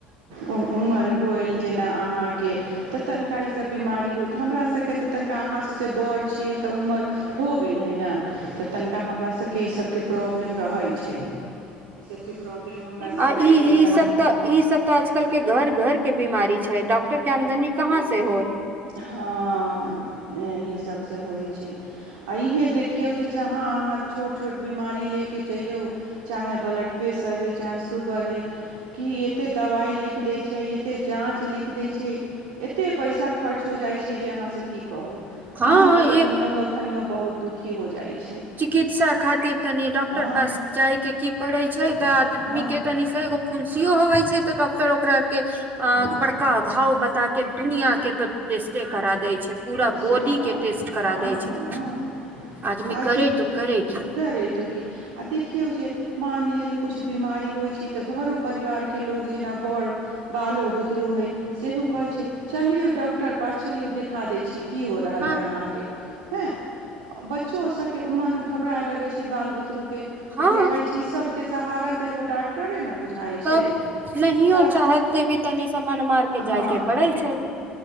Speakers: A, on the right (about 75°); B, on the right (about 40°).
A: उ उमर होइल जेना अहाँके तऽ तनिका इ सब बीमारी होइत तऽ हमरा सब के तऽ तनिका आहाँ सबसे बड़ छिये तऽ उमर हो गेल हइ न तऽ तनिका हम हमरा सबके ई सबके प्रॉब्लम रहै छै ई सबके प्रॉब्लम हमरा सबके
B: आ ई
A: तनिका
B: ई सब
A: तनिका
B: तऽ ई सब तऽ आजकल के घर घर के बीमारी छै डॉक्टर के आमदनी कहाँ से होइ
A: हँ एहि सभ से होइ छै आ इहे देखियौ जे जहाँ आहाँ छोट छोट बीमारी लेऽ के जइयौ चाहे ब्लड पेशर होइ चाहे शूगर होइ की एतै दबाइ लिख दै छै एते जाँच लिख दै छै एते पैसा खर्च हो जाइ छै जे अहाँसँ की कहू
B: हँ
A: मन कखनियो कखनियो बहुत दुखी हो जाइ छै
B: चिकित्सा खातिर तनि डॉक्टर
A: हँ
B: पास जायके की पड़ै छै तऽ आदमी
A: हँ
B: के तनि से एगो फोन सीयो होबै छै तऽ डॉक्टर ओकरा के
A: हँ
B: बड़का अ घाव बता के दुनिया के टेस्टे करा देय छै पूरा बॉडी
A: चकर
B: के टेस्ट करा
A: हँ
B: दै छै
A: ह
B: आदमी
A: आज
B: करे तो करे की
A: क रही तो की आ देखि देखियौ जे मान लिअ जे किछु बीमारी होइ छै तऽ घरो परिवारके लोको जेना बड़ बालो बुतरू हइ सेहो कहैत छै चलियौ डॉक्टर पास चलियौ द खा दै छी की हो रहल
B: हँ
A: है अहाँके हँ ब च्चो सबके मोन घबराय लगै छै बाल बुतरुक के तऽ
B: हँ
A: बुझाइ छै सबके सहारा त एगो डाक्टरे ने बुझाइ
B: तब
A: छै
B: नहियो
A: तऽ
B: चाहते भी तनि समन मार के जाय
A: हँ
B: के पड़ै छै